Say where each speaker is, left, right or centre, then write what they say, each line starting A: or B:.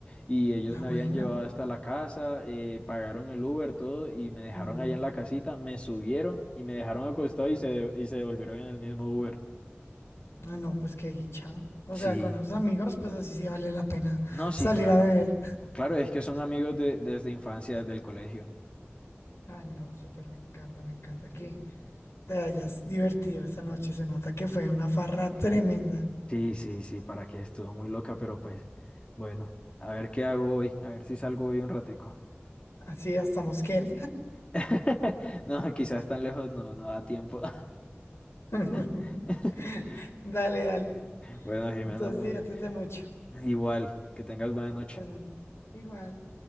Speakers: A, on the left; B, on the left.
A: y ellos
B: Ah,
A: me
B: bueno.
A: habían llevado hasta la casa, eh, pagaron el Uber, todo y me dejaron
B: Mm,
A: allá en la casita, me subieron y me dejaron acostado y se, y se devolvieron en el mismo Uber.
B: Ah, no, pues qué dicha. O
A: Sí,
B: sea, con los amigos, pues así sí vale la pena
A: no, sí,
B: salir
A: claro.
B: a beber.
A: Claro, es que son amigos de, desde infancia, desde el colegio.
B: Ay, no, súper, me encanta, me encanta que te hayas divertido esta noche. Se nota que fue una farra tremenda.
A: Sí, sí, sí, para que estuvo muy loca, pero pues bueno, a ver qué hago hoy, a ver si salgo hoy un ratico.
B: Así hasta mosquera.
A: <laughs> No, quizás tan lejos no, no da tiempo.
B: <laughs>
A: <laughs>
B: Dale, dale.
A: Bueno, Jimena,
B: Entonces,
A: muy-
B: diviértete mucho.
A: igual, que tengas buena noche.
B: Bueno, igual.